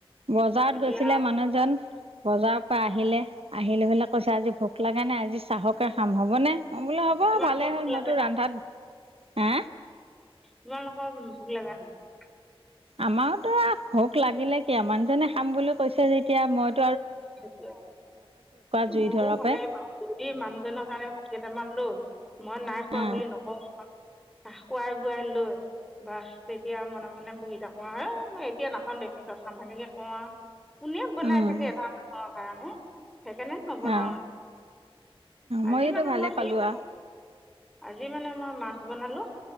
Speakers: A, on the right; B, in the centre.
A: বজাৰত
B: এতিয়া
A: গৈছিলে মানুহ মানুহজন বজাৰৰ পৰা আহিলে আহিলে হলে কৈছ আজি ভোক লাগা নাই আজি চাহকে খাম হ'বনে অ বোলে
B: আৰু
A: হ'ব
B: তোমালোকৰ
A: ভালেই
B: ভোক
A: হ'ল মইতো
B: লগা
A: ৰন্ধাত হা
B: ইমানোকৰ ভোক লগা নাই
A: আমাৰতো ভোক লাগিলে কিয় মানুহজনে খাম বুলি কৈছে যেতিয়া মই
B: স
A: জুই
B: ব
A: ধৰা
B: হলে
A: পৰাই
B: মানুহজনৰ কাৰণে কেইটামান ৰ <unintelligible> মই নাই খোৱা
A: অ
B: বুলি নকওঁ খুৱাই বোৱাই লৈ বাছ তেতিয়া মনে মনে বহি থাকো আৰু হ মই এতিয়া নাখাওঁ দে পিছত খাম সেনেকে কওঁ আৰু তু নেম বনাই
A: উম
B: শকে এটাম কাৰণে সেইকাৰণে নবনাৱে।
A: অ ময়োতো
B: আজি মানে
A: ভালে
B: মই
A: পালো
B: হে
A: আৰু
B: আজি মানে মই মাছ বনালো